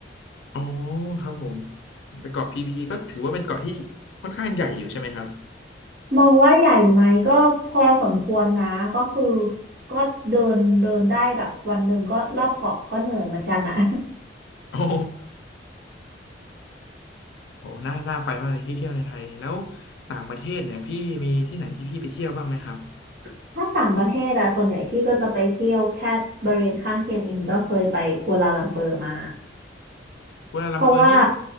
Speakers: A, on the left (about 85°); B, on the right (about 60°).
A: อ๋อครับผมแต่เกาะพีพีก็ถือว่าเป็นเกาะที่ค่อนข้างใหญ่อยู่ใช่ไหมครับ
B: มองว่าใหญ่ไหมก็พอสมควรนะก็คือก็เดินเดินได้แบบวันหนึ่งก็รอบเกาะก็เหนื่อยเหมือนกันนะ
A: อ๋อ โหน่าน่าไปมากเลยที่เที่ยวในไทยแล้วต่างประเทศเนี่ยพี่มีที่ไหนที่พี่ไปเที่ยวบ้างไหมครับ
B: <laughs> ถ้าต่างประเทศอะส่วนใหญ่พี่ก็จะไปเที่ยวแค่บริเวณข้างเคียงเองก็เคยไปกัวลาลัมเปอร์มา
A: กัวลาลัมเปอร์นี่
B: เพราะว่า